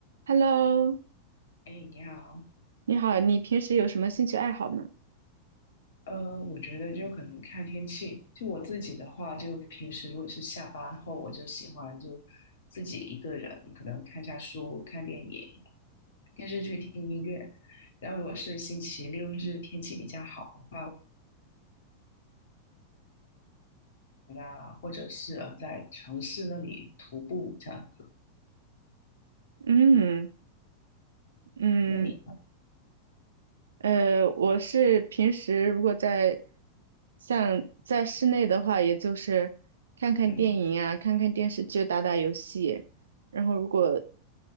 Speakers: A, on the right; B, on the left.
A: Hello，
B: 哎，你好，
A: 你好，你平时有什么兴趣爱好呢？
B: 呃，我觉得就可能看天气。就我自己的话，就平时如果是下班后，我就喜欢就自己一个人，可能看下书、看电影、追剧、听音乐。然后如果是星期六日天气比较好的话，啊，或者是呃在城市那里徒步这样子。
A: 嗯嗯，
B: 那你，
A: 呃，我是平时如果在像在室内的话，也就是看看电影啊，
B: 嗯，
A: 看看电视剧，打打游戏，然后如果